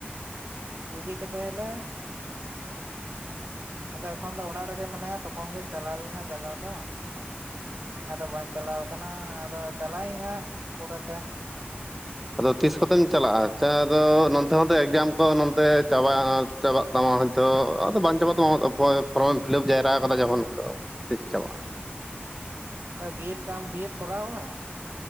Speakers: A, on the right; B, in the centre.
A: ᱤᱫᱤ ᱠᱟᱫᱮᱭᱟᱞᱮ ᱟᱫᱚ ᱮᱠᱷᱚᱱ ᱫᱚ ᱚᱲᱟᱜ ᱨᱮᱜᱮ ᱢᱮᱱᱟᱭᱟ ᱛᱚᱠᱷᱚᱱ ᱜᱤᱧ ᱪᱟᱞᱟᱣ ᱞᱮᱱᱟ ᱪᱟᱞᱟᱣ ᱫᱚ᱾ ᱟᱫᱚ ᱵᱟᱹᱧ ᱪᱟᱞᱟᱣ ᱠᱟᱱᱟ ᱟᱫᱚ ᱪᱟᱞᱟᱜ ᱟᱹᱧ ᱦᱟᱸᱜ ᱯᱚᱨᱮᱛᱮ᱾
B: ᱟᱫᱚ ᱛᱤᱥ ᱠᱚᱛᱮᱢ ᱪᱟᱞᱟᱜᱼᱟᱫᱚ ᱱᱚᱛᱮ ᱦᱚᱸᱛᱚ ᱮᱠᱡᱟᱢ ᱠᱚ ᱪᱟᱵᱟᱜ ᱛᱟᱢᱟ ᱦᱚᱭᱛᱳ ᱟᱫᱚ ᱵᱟᱝ ᱪᱟᱵᱟᱟᱜ ᱛᱟᱢᱟ ᱯᱷᱚᱨᱚᱢᱮ ᱯᱷᱤᱞᱟᱯ ᱡᱟᱣᱨᱟ ᱠᱟᱫᱟ ᱡᱚᱠᱷᱚᱱ ᱟᱫᱚ ᱱᱤᱥ ᱪᱟᱵᱟ ᱟ
A: ᱵᱤ ᱮᱰ ᱴᱟ ᱵᱤ ᱮᱰ ᱠᱚᱟᱣ ᱢᱮ